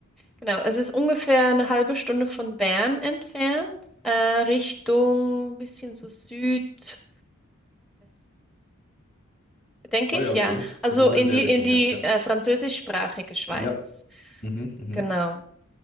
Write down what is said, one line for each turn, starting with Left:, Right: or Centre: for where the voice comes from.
Centre: Genau, es ist ungefähr eine halbe Stunde von Bern entfernt, äh, Richtung bisschen so Südwesten, denke
Left: Oh
Centre: ich,
Left: ja, okay.
Centre: ja. Also
Left: Also so
Centre: in
Left: in der
Centre: die
Left: Richtung,
Centre: in die
Left: ja, ja.
Centre: äh, französischsprachige Schweiz.
Left: Ja. Mhm, mhm.
Centre: Genau.